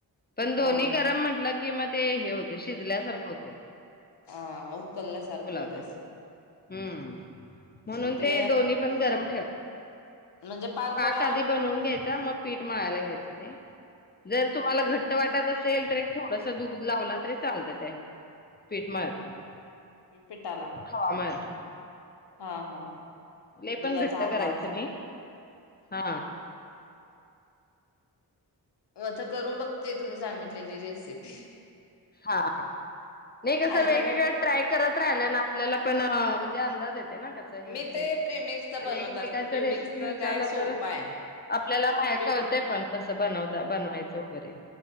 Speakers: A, on the left; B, on the left.
A: पण दोन्ही
B: हा हा
A: गरम म्हटलं की म ते हे होतय शिजल्यासारखं होतय ते
B: हा उकलल्या सारखं
A: गुलाबजाम.
B: होईत असनं
A: हम्म म्हणून
B: म ते
A: दोन्ही पण गरम
B: म्हणजे पाक जरां
A: का आधी बनवून घ्यायचा मग पीठ मळायला घायच ते जर तुम्हाला घट वाटत अस सेल तर एक थोडस दूध लावला तरी चालतय त्या ह्याला पीठ मळताना.
B: पिठाला
A: हा मळताना.
B: हा हा
A: लय
B: दुधाचा
A: पण घट्ट
B: हात
A: करायचं
B: लावाचा
A: नाही हा
B: हो आता करून बघते तुम्ही सांगितलेली रेसिपी
A: हा हा नाही कसं
B: आणि
A: वेगवेगळं
B: त्यात
A: ट्राय करत राहिलंय ना आपल्याला पण अ म्हणजे अंदाज येत येते ना कस हे
B: मी
A: होतय
B: ते प्रिमिक्सच
A: आणि
B: बनवत
A: एकमेकांच्या
B: असते प्रिमिक्सच
A: रेसिपी विचारला
B: काय सोपं
A: तर
B: आहे
A: आपल्याला मा
B: प्रिम
A: कळतय पण कस बनवता बनवायचं वगैरे